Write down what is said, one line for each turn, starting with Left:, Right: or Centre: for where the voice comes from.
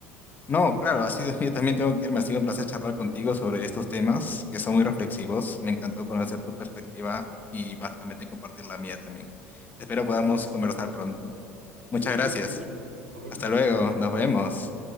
Left: No, claro, ha sido, <laughs> yo también tengo que irme. Ha sido un placer charlar contigo sobre estos temas que son muy reflexivos. Me encantó conocer tu perspectiva y básicamente compartir la mía también. Espero podamos
Right: Listo.
Left: conversar pronto. Muchas
Right: Sí,
Left: gracias.
Right: cuídate mucho, Nick. Nos vemos.
Left: Hasta luego. Nos vemos.